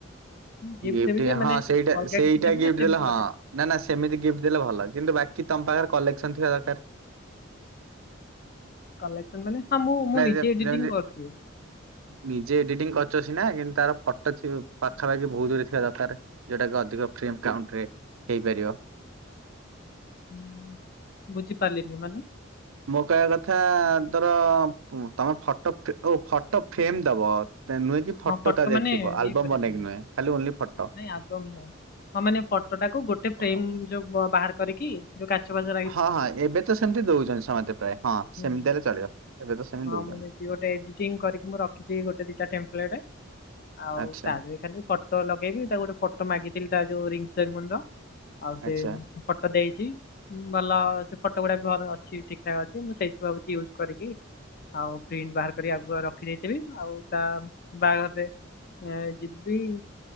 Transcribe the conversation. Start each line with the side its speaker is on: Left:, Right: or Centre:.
Left: ଗିଫ୍ଟ
Right: ଗିଫ୍ଟି
Left: ଦେବି ଯେ ମାନେ
Right: ହଁ ସେଇଟା
Left: ଅଲଗା
Right: ସେଇଟା
Left: କିଛି ଦେବି
Right: ଗିଫ୍ଟି
Left: ନା ସେମିତି
Right: ଦେଲେ ହଁ
Left: ଗୋଟେ
Right: ନା ନା ସେମିତି ଗିଫ୍ଟ ଦେଲେ ଭଲ କିନ୍ତୁ ବାକି ତମ ପାଖରେ କଲେକ୍ସନ୍ ଥିବା ଦରକାର।
Left: କଲେକ୍ସନ ମାନେ ହଁ ମୁଁ ମୁଁ ନିଜେ
Right: ଯେ
Left: ଏଡିଟିଂଙ୍ଗି
Right: ଯେମିତି
Left: କରୁଚି।
Right: ନିଜେ ଏଡିଟିଂଙ୍ଗି କରୁଚ ସିନା କିନ୍ତୁ ତାର ଫଟ ଥିବ ପାଖାପାଖି ବହୁତ ଦୂରେ ଥିବା ଦରକାର ଯୋଉଟା କି ଅଧିକ ଫ୍ରେମ କାଉଣ୍ଟରେ ହେଇପାରିବ।
Left: ଉଁ, ବୁଝିପାରିଲିନି ମାନେ?
Right: ମୋ କହିବା କଥା ତର ତମେ ଫଟୋ ଫେ ଓ ଫଟୋ ଫ୍ରେମ ଦବ ତେ ନୁହେଁ କି ଫଟୋ
Left: ହଁ
Right: ତା
Left: ମାନେ
Right: ଦେହରେ ଥିବ ଆଲବମ୍
Left: ଇଏ କରିବା
Right: ବନେଇକି
Left: ପାଇଁ
Right: ନୁହେଁ ଖାଲି ଓନ୍ଲି ଫଟୋ।
Left: ନାଇଁ ଆଲବମ ନୁହେଁ। ହଁ ମାନେ ଫଟୋ ଟାକୁ ଗୋଟେ ଫ୍ରେମ
Right: ଅ-
Left: ଯୋଉ ବାହାର କରିକି ଯୋଉ କାଚ ବାଚ
Right: ହଁ ହଁ ଏବେ ତ ସେମିତି ଦଉଛନ୍ତି ସମସ୍ତେ ପ୍ରାୟ ହଁ ସେମିତି
Left: ହୁଁ
Right: ହେଲେ ଚଳିବ ଏବେ ତ ସେମିତି
Left: ହଁ
Right: ଦଉଛନ୍ତି।
Left: ମୁଁ ନେଇଛି ଗୋଟେ ଏଡିଟିଂଙ୍ଗି କରିକି ମୁଁ ରଖିଥିବି ଗୋଟେ ଦିଟା ଟେମ୍ପଲେରେ ଆଉ
Right: ଆଚ୍ଛା
Left: ତା ଦିହରେ ଖାଲି ଫ ଫଟ ଲଗେଇବି ତାକୁ ଗୋଟେ ଫଟୋ ମାଗିଥିଲି ତା ଯୋଉ ରିଙ୍ଗ୍ ସେରିମନିର ଆଉ ସେ
Right: ଆଚ୍ଛା
Left: ଫଟ ଦେଇଚି। ହୁଁ ଭଲ ସେ ଫଟ ଗୁଡାକ ଭଲ ଅଛି ଠିକ ଠାକ୍ ଅଛି ମୁଁ ସେଇଥିରୁ ଭାବୁଚି ୟୁଜ୍ କରିକି ଆଉ ପ୍ରିଣ୍ଟ ବାହାର କରିକି ଆଗୁଆ ରଖି ଦେଇଥିବି ଆଉ ତା ବାହାଘରରେ ଏ ଯିବି